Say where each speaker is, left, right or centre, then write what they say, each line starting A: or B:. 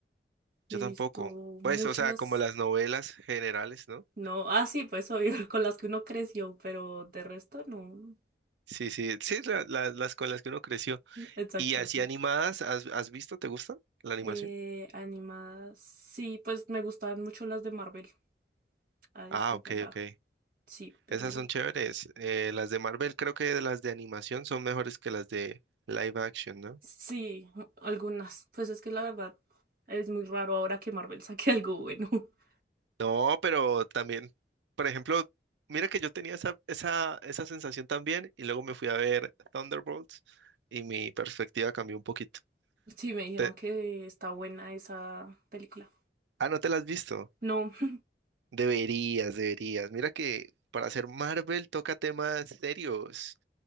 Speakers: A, on the right; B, on the right.
A: Yo
B: Me he
A: tampoco.
B: visto muchas.
A: Pues, o sea, como las novelas generales, ¿no?
B: No, ah, sí, pues obvio, <laughs> con las que uno creció, pero de resto no.
A: Sí, sí, sí, la- la- las con las que uno creció.
B: <laughs> Exacto,
A: ¿Y así
B: sí.
A: animadas, has, has visto? ¿Te gustan la animación?
B: Eh, animadas. Sí, pues me gustaban mucho las de Marvel, a decir
A: Ah, ok,
B: verdad.
A: ok.
B: Sí, pero
A: Esas son chéveres. Eh, las de Marvel creo que las de animación son mejores que las de live action, ¿no?
B: sí, algunas. Pues es que la verdad es muy raro ahora que Marvel <laughs> saque algo bueno. <laughs>
A: No, pero también, por ejemplo, mira que yo tenía esa, esa, esa sensación también y luego me fui a ver Thunderbolts y mi perspectiva cambió un poquito.
B: Sí, me dijeron
A: Te-
B: que está buena esa película.
A: ah, ¿no te la has visto?
B: No, <laughs>
A: Deberías, deberías. Mira que para hacer Marvel toca temas serios